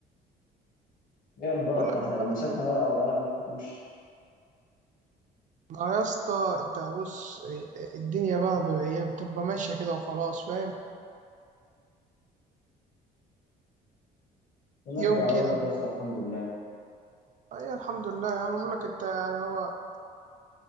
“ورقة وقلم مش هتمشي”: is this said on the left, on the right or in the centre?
Left